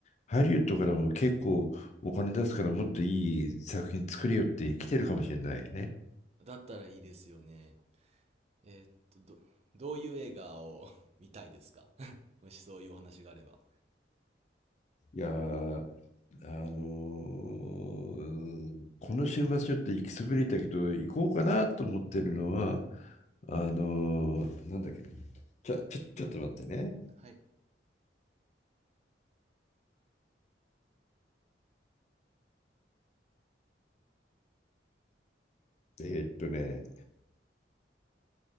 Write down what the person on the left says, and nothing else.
ハリウッドからも結構お金出すからもっといい作品作れよって来てるかもしれないよね。
いやーあのーこの週末ちょっと行きそびれたけど、行こうかなと思ってるのは、あのーなんだっけな。ちょ、ちょ、ちょっと待ってね。
えーっとね、